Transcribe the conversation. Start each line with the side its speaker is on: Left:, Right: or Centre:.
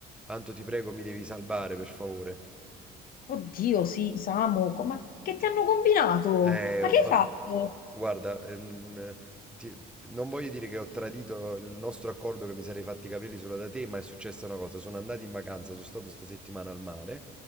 Centre: Anto, ti prego, mi devi salvare, per favore.
Left: Oddio, sì, Samu, co- ma che ti hanno combinato?
Centre: Eh,
Left: Ma
Centre: ho
Left: che
Centre: fatto
Left: hai fatto?
Centre: Guarda, ehm, ti- non voglio dire che ho tradito il nostro accordo che mi sarei fatti i capelli solo da te, ma è successa una cosa. Sono andato in vacanza, sono stato sta settimana al mare.